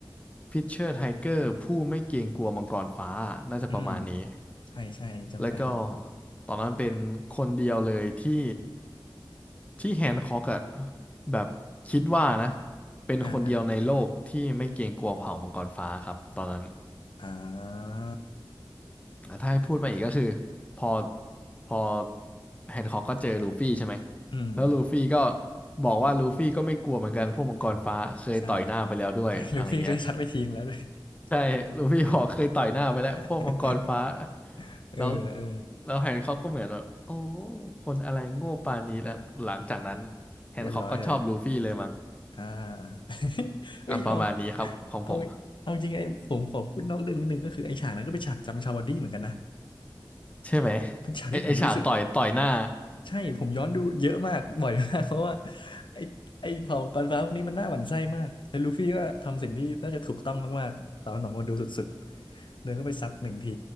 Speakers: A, on the left (about 15°); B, on the left (about 70°).
A: พิชเชอร์ไทเกอร์ผู้ไม่เกรงกลัวมังกรฟ้าน่าจะประมาณนี้
B: อืมใช่ใช่อันนี้จำได้ครับ
A: แล้วก็ตอนนั้นเป็นคนเดียวเลยที่ที่แฮนค็อกอะแบบคิดว่านะเป็นคนเดียวในโลกที่ไม่เกรงกลัวเผ่ามังกรฟ้าครับตอนนั้น
B: อ่าอ่าอ่า
A: อ่ะถ้าให้พูดมาอีกก็คือพอพอแฮนค็อกก็เจอลูฟี่ใช่ไหม
B: อืม
A: แล้วลูฟี่ก็บอกว่าลูฟี่ก็ไม่กลัวเหมือนกันพวกมังกรฟ้าเคยต่อยหน้าไปแล้วด้วยอะไรเงี้ย
B: ใช่ใช่ <laughs> ลูฟี่เคยชัดไปทิ้งแล้วด้วย
A: ใช่ลูฟพี่หอกเคยต่อยหน้าไปแล้วพวกมังกรฟ้า
B: <laughs> เออเออ
A: แล้วแล้วแฮนค็อกก็เหมือนแบบโอ้คนอะไรโง่ปานนี้แล้ว หลังจากนั้นแฮนค็อกก็ชอบลูฟี่เลยมั้ง
B: เรียบร้อยเลยอ่า <laughs> เอ้ยเอา
A: อ่ะประมาณนี้ครับของผม
B: เอา เอาจริงไอ้ผมขอพูดนอกเรื่องนิดนึงก็คือไอ้ฉากนั้นก็เป็นฉากจำชาวดี้เหมือนกันนะ
A: ใช่ไหม
B: เป็นฉากที่ผมรู้สึก
A: ไอไอฉากต่อยต่อยหน้า
B: ใช่ผมย้อนดูเยอะมาก <laughs> บ่อยมากเพราะว่าไอ้ไอ้เผ่ามังกรฟ้าพวกนี้มันน่าหวั่นไส้มากแล้วลูฟี่ก็ทำสิ่งที่น่าจะถูกต้องมากๆตอนสองคนดูสุดๆเดินเข้าไปซัดหนึ่งที